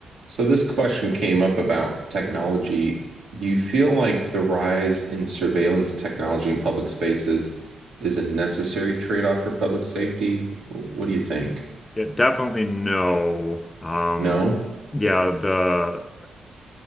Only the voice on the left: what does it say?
Yeah, definitely no. Um,
yeah, the